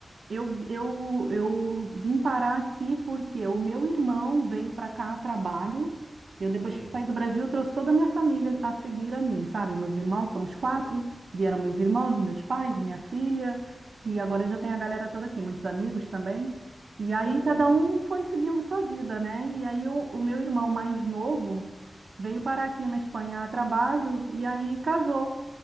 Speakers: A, on the right; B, on the right.
A: Eu, eu, eu vim parar aqui porque o meu irmão veio para cá a trabalho. Eu, depois
B: Hum,
A: que saí do Brasil, eu trouxe toda a minha família a seguir a mim, sabe? Meus irmãos, somos
B: aham,
A: quatro. Vieram meus irmãos, meus pais, minha filha. E agora já tem a galera toda aqui, muitos amigos também. E aí
B: aham.
A: cada um foi seguindo sua vida, né? E aí o, o meu irmão mais novo veio parar aqui na Espanha a trabalho e aí casou.